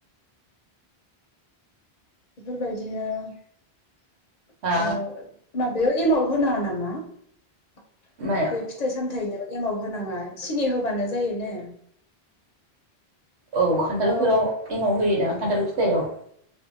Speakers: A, on the left; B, on the right.
A: बेफोर बायदि बिदिनो
B: हा
A: माबायाव एमाव होनाङा नामा बे
B: माया
A: फिथाइ सामलायनायाव? एमाव होनाङा सिनि होबानो जायो ने
B: औ खान्थालफोराव
A: औ
B: एमाव होयोदा खान्थाल फिथायाव